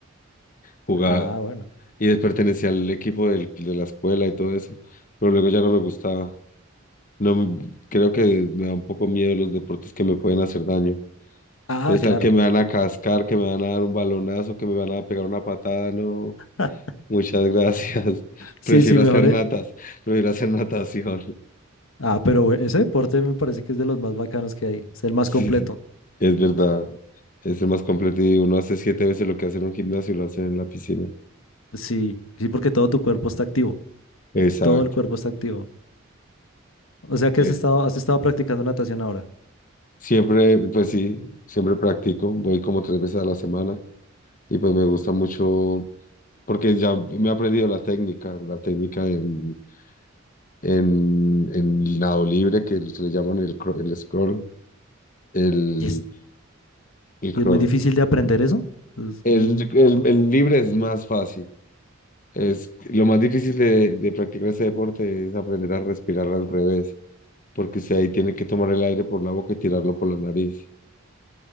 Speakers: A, on the left; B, on the left.
A: Jugaba
B: Ah, bueno.
A: y des- pertenecía al equipo del- de la escuela y todo eso, pero luego ya no me gustaba. No, me- creo que me da un poco miedo los deportes que me pueden hacer daño.
B: Ah,
A: Entonces, saber
B: claro.
A: que me van a cascar, que me van a dar un balonazo, que me van a pegar una patada, no.
B: <laughs>
A: Muchas gracias. <laughs>
B: Sí,
A: Prefiero
B: sí, mejor.
A: hacer
B: eh,
A: natas, prefiero hacer natación.
B: Ah, pero bue- ese deporte me parece que es de los más bacanos que hay. Es el más
A: Sí,
B: completo.
A: sí, es verdad. Es el más completo y uno hace siete veces lo que hace en un gimnasio y lo hace en la piscina.
B: Sí, sí, porque todo tu cuerpo está activo.
A: Exacto.
B: Todo el cuerpo está activo. O sea que
A: Eh,
B: has estado, has estado practicando natación ahora.
A: Siempre, pues sí, siempre practico. Voy como tres veces a la semana y pues me gusta mucho porque ya me he aprendido la técnica, la técnica en, en, en nado libre que le llaman el, cro- el scroll, el,
B: Y es,
A: el
B: y
A: crawl.
B: es muy difícil de aprender eso. Es
A: El,
B: muy
A: el, el libre es más fácil. Es, lo más difícil de, de practicar ese deporte es aprender a respirar al revés porque usted ahí tiene que tomar el aire por la boca y tirarlo por la nariz.